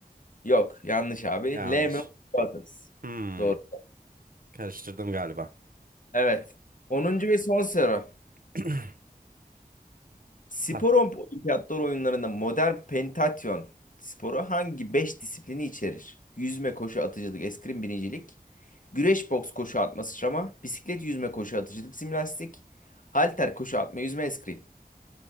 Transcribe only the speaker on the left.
Yok, yanlış abi.
Lehman Brothers.
Doğru.
Evet. Onuncu ve son soru.
Spor
olimpiyatlar oyunlarında modern pentatyon sporu hangi 5 disiplini içerir? Yüzme, koşu, atıcılık, eskrim, binicilik, güreş, boks, koşu atma, sıçrama, bisiklet, yüzme, koşu, atıcılık, jimnastik, halter, koşu atma, yüzme, eskrim.